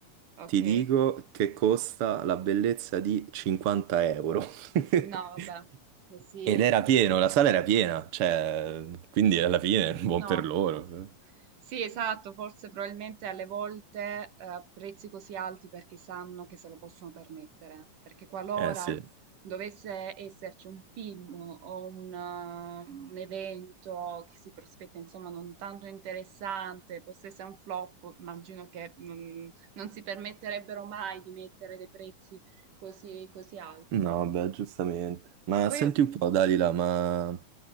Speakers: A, on the right; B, on the right.
A: Ok?
B: ti dico che costa la bellezza di 50 euro. <laughs>
A: No, vabbè, così.
B: Ed era
A: eh,
B: pieno, la sala era piena, cioè, quindi alla fine buon
A: No,
B: per loro.
A: Sì, esatto, forse probabilmente alle volte eh, prezzi così alti perché sanno che se lo possono permettere, perché qualora
B: Eh sì.
A: dovesse esserci un film o un, eh, un evento che si prospetta, insomma, non tanto interessante, possa essere un flop, immagino che non, non si permetterebbero mai di mettere dei prezzi così, così alti.
B: No, beh, giustamente. Ma
A: Poi,
B: senti un po', Dalila, ma